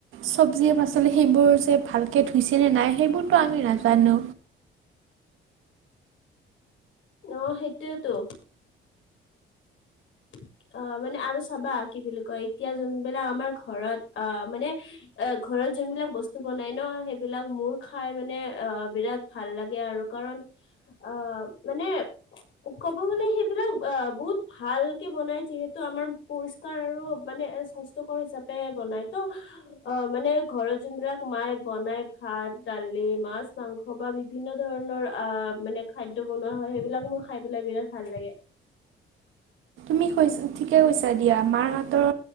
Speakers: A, on the right (about 85°); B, on the left (about 75°).
A: চবজি পাচলি সেইবোৰ যে ভালকে ধুইছে নে নাই। সেইবোৰটো আমি নাজানো।
B: অ', সেইটোৱেটো। অ', মানে আৰু চাবা কি বুলি কয় এতিয়া যোনবিলাক আমাৰ ঘৰত অ', মানে ঘৰত যোনবিলাক বস্তু বনায় ন' সেইবিলাক মোৰ খাই মানে অ', বিৰাট ভাল লাগে আৰু কাৰণ অ' মানে ক'ব গলে সেইবিলাক আহ বহুত ভাল বনাই যিহেতু আমাৰ পৰিষ্কাৰ আৰু মানে স্বাস্থ্যকৰ হিচাপে বনাই ত' অ' মানে ঘৰত যোনবিলাক মায়ে বনাই ভাত দালি মাছ মাংস বা বিভিন্ন ধৰণৰ আহ মানে খাদ্য বনোৱা হয় সেইবিলাক মোৰ খাই পেলাই বিৰাট ভাল লাগে।
A: তুমি কৈছ ঠিকে কৈছা দিয়া মাৰ হাতৰ